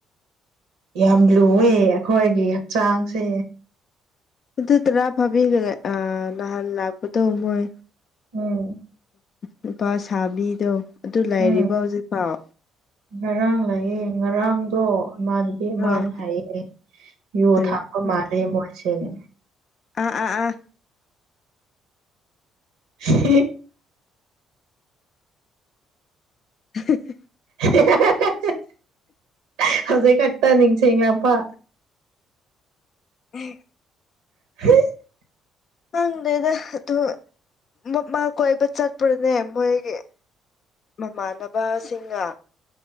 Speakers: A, on the right; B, on the left.
A: ꯌꯥꯝ ꯂꯨꯏꯋꯦ ꯑꯩꯈꯣꯏꯒꯤ ꯍꯛꯆꯥꯡꯁꯦ
B: ꯑꯗꯨ ꯇꯔꯥ ꯐꯥꯕꯤꯈ꯭ꯔꯦ ꯅꯍꯥꯟ ꯂꯥꯛꯄꯗꯣ ꯃꯣꯏ
A: ꯎꯝ
B: ꯅꯨꯄꯥ ꯁꯥꯕꯤꯗꯣ ꯑꯗꯨ ꯂꯩꯔꯤꯕꯣ
A: ꯎꯝ
B: ꯍꯧꯖꯤꯛꯐꯥꯎ
A: ꯉꯔꯥꯡ ꯂꯩꯌꯦ ꯉꯔꯥꯡꯗꯣ ꯏꯃꯥꯟ <unintelligible> ꯃꯥꯅ
B: ꯑꯥ
A: ꯍꯥꯏꯌꯦ ꯌꯨ
B: ꯀꯔꯤ
A: ꯊꯥꯛꯄ
B: ꯎꯝ
A: ꯃꯥꯜꯂꯦ ꯃꯣꯏꯁꯦꯅꯦ
B: ꯑꯥ ꯑꯥ ꯑꯥ
A: <unintelligible>
B: <unintelligible>
A: <unintelligible> ꯍꯧꯖꯤꯛ ꯈꯛꯇ ꯅꯤꯡꯁ ꯉꯥꯄꯥ
B: <unintelligible>
A: <unintelligible>
B: ꯈꯪꯗꯦꯗ ꯑꯗꯨ ꯃꯃꯥ ꯀꯣꯏꯕ ꯆꯠꯄ꯭ꯔꯣꯅꯦ ꯃꯣꯏꯒꯤ ꯃꯃꯥꯟꯅꯕ ꯁꯤꯡꯒ